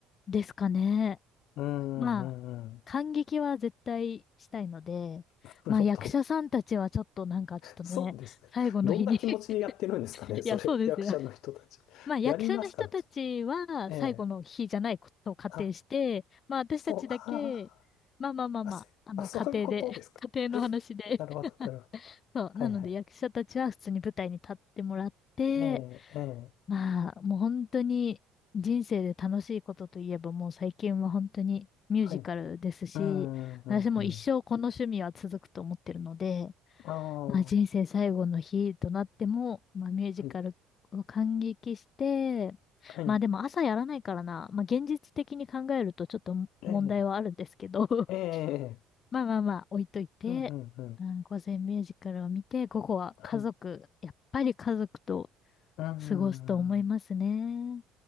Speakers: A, on the left (about 45°); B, on the left (about 70°).
A: うですかね。
B: うんうんうん。
A: まあ、感激は絶対したいので、
B: <laughs> なるほど。
A: まあ役者さんたちはちょっとなんかちょっとね、
B: そうですね。
A: 最後の日に
B: どんな気持ちでやってるんですかね、
A: <laughs>
B: それ、
A: いや、そうですよ。
B: 役者の人たち。
A: まあ役者の人たちは最後の日じゃないことを仮定して、
B: やりますかね。ええ。あ、
A: まあ私たちだけ、
B: そう、あー
A: まあまあまあまあ、
B: あ、せあ、
A: あの仮定で、
B: そういうことですか。
A: <laughs> 仮定の話で、
B: <laughs> なるほど、なるほど。
A: <laughs> そう、
B: はいはい。
A: なので役者たちは普通に舞台に立ってもらって、
B: ええ、ええ、
A: まあもう本当に人生で楽しいことといえばもう最近は本当にミュージカルですし、
B: はい。うんうんうん。
A: 私も一生この趣味は続くと思ってるので、
B: ああ、
A: まあ、人生最後の日となっても、まあ、ミュージカルを感激して、
B: はい、はい。
A: まあでも朝やらないからな、まあ現実的に考えるとちょっと問題はあるんですけど、
B: ええ、
A: <laughs>
B: ええ、
A: まあまあまあ置いといて、
B: うんうんうん。
A: うん、午前ミュージカルを見て、午後は家族、
B: はい。
A: やっぱり家族と
B: うん。
A: 過ごすと思いますね。